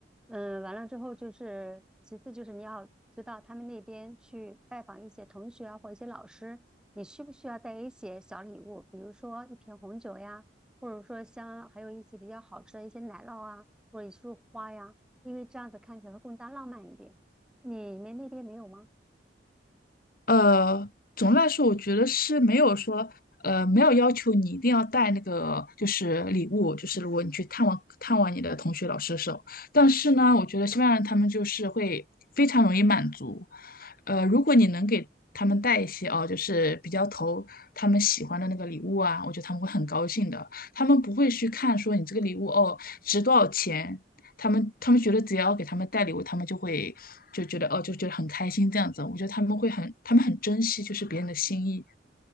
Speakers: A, in the centre; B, on the left.
A: 嗯，完了之后就是，其次就是你要知道他们那边去拜访一些同学啊，或一些老师，你需不需要带一些小礼物，比如说一瓶红酒呀，或者说像还有一些比较好吃的一些奶酪啊，或者一束花呀，因为这样子看起来会更加浪漫一点。你们那边没有吗？
B: 呃，总的来说，我觉得是没有说，呃，没有要求你一定要带那个就是礼物，就是如果你去探望探望你的同学、老师的时候，但是呢，我觉得西班牙人他们就是会非常容易满足，呃，如果你能给他们带一些哦，就是比较投他们喜欢的那个礼物啊，我觉得他们会很高兴的，他们不会去看说你这个礼物哦值多少钱，他们他们觉得只要给他们带礼物，他们就会就觉得哦，就觉得很开心这样子。我觉得他们会很，他们很珍惜就是别人的心意。